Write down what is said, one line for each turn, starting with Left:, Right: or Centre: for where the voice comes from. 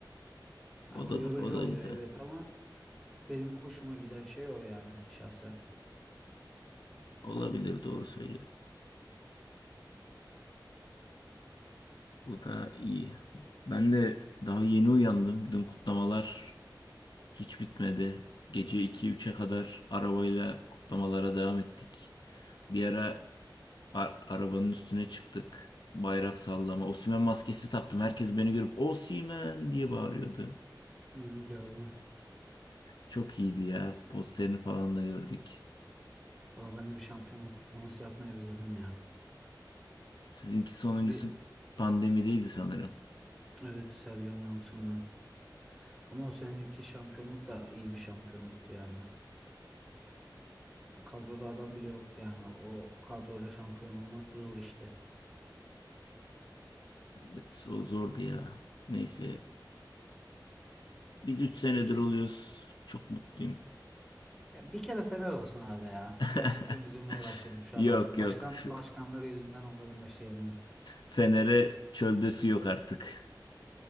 Centre: Ha,
Left: O
Centre: o
Left: da
Centre: yorucu
Left: o da
Centre: oluyor
Left: güzel.
Centre: evet ama benim hoşuma giden şey o yani şahsen.
Left: Olabilir doğru söylüyor. Bu da iyi. Ben de daha yeni uyandım. Dün kutlamalar hiç bitmedi. Gece iki üçe kadar arabayla kutlamalara devam ettik. Bir ara Ar- arabanın üstüne çıktık. Bayrak sallama. Osimhen maskesi taktım. Herkes beni görüp Osimhen diye bağırıyordu.
Centre: Hmm, gördüm.
Left: Çok iyiydi ya. Posterini falan da gördük.
Centre: Valla ben de bir şampiyonluk kutlaması yapmayı özledim ya.
Left: Sizinki sonuncusu
Centre: Bir
Left: pandemideydi sanırım.
Centre: evet Sergen Yalçın'la. Ama o seneki şampiyonluk da iyi bir şampiyonluktu yani. Kadroda adam bile yoktu yani. O kadroyla şampiyon olmak zor işte.
Left: Evet, o zordu ya. Neyse. Biz 3 senedir
Centre: Peki
Left: oluyoruz. Çok mutluyum.
Centre: ya bir kere Fener olsun arada ya.
Left: <laughs>
Centre: Gerçekten üzülmeye başladım şu
Left: Yok
Centre: adamları.
Left: yok.
Centre: Başkan
Left: F-
Centre: başkanları yüzünden onların başı yanıyor.
Left: Fener'e çölde su yok artık.